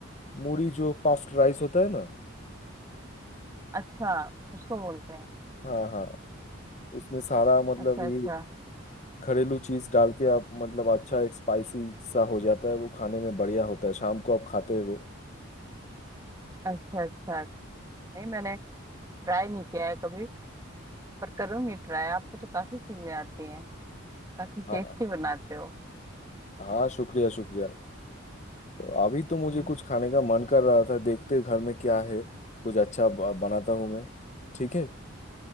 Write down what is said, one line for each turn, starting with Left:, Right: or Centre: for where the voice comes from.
Left: मूढ़ी जो पफ्ड राइस होता है ना
Right: अच्छा उसको बोलते हैं
Left: हाँ हाँ उसमें सारा मतलब
Right: अच्छा अच्छा
Left: ये घरेलू चीज डाल के आप मतलब अच्छा एक स्पाइसी सा हो जाता है वो खाने में बढ़िया होता है शाम को आप खाते हो
Right: अच्छा अच्छा नहीं मैंने ट्राई नहीं किया है कभी पर करूंगी ट्राई आपको तो काफी चीजें आती हैं काफी
Left: हाँ
Right: टेस्टी बनाते हो
Left: हाँ शुक्रिया शुक्रिया तो अभी तो मुझे
Right: हम्म,
Left: कुछ खाने का मन कर रहा था देखते घर में क्या है कुछ अच्छा ब- बनाता हूँ मैं ठीक है